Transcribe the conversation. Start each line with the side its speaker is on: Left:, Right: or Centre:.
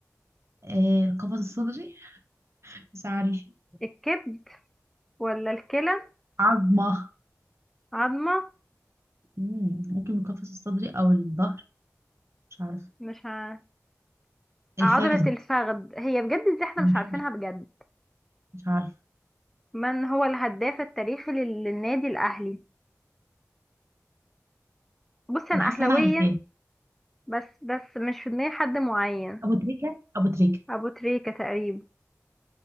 Right: آه القفص الصدري مش عارف
Centre: الكبد ولا الكلى
Right: عظمة
Centre: عظمة
Right: مم، ممكن القفص الصدري أو الظهر مش عارف
Centre: مش ع...
Right: الفخذ
Centre: عضلة الفخذ هي بجد دي احنا
Right: مش
Centre: مش عارفينها بجد
Right: عارف
Centre: من هو الهداف التاريخي لل- للنادي الاهلي بص انا
Right: انا حاسه
Centre: اهلاوية
Right: انا عارفاه
Centre: بس بس مش في دماغي حد معين
Right: ابو تريكه ابو تريكه
Centre: أبو تريكة تقريبا